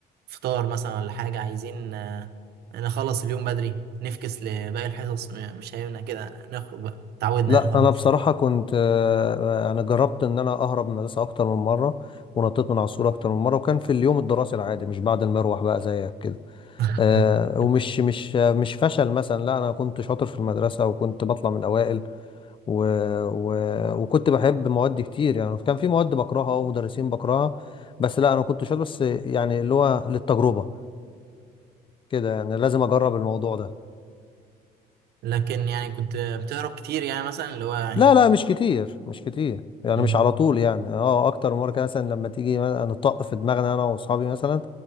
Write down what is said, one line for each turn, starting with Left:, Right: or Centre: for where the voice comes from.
Right: فطار مثلا ولا حاجة عايزين آه، نخلص اليوم بدري نفكس لباقي الحصص م- مش هينفع كده نخرج بقى تعودنا
Left: لا،
Right: يعني خلاص
Left: انا بصراحة كنت آه، انا جربت ان انا اهرب من المدرسة اكتر من مرة ونطيت من على السور اكتر من مرة وكان في اليوم الدراسي العادي مش بعد المروح بقى زيك كده
Right: <laughs>
Left: آه، ومش مش مش فشل مثلا لا انا كنت شاطر في المدرسه وكنت بطلع من الاوائل و... و... وكنت بحب مواد كتير يعني كان في مواد بكرهها ومدرسين بكرهها بس لا انا كنت شاطر بس يعني اللي هو للتجربه كده يعني لازم اجرب الموضوع ده
Right: لكن يعني كنت بتهرب كتير يعني مثلا اللي هو يعني
Left: لا لا مش كتير مش كتير يعني
Right: مم.
Left: مش على طول يعني اه اكتر من مره كده مثلا لما تيجي مثلاً نطق في دماغنا انا واصحابي مثلا